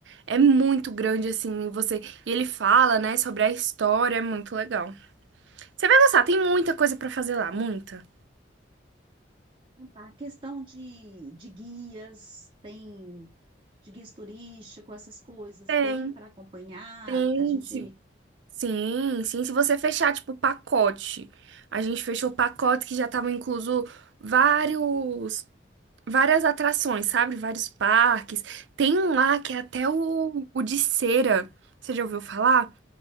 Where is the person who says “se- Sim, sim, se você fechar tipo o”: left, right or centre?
Right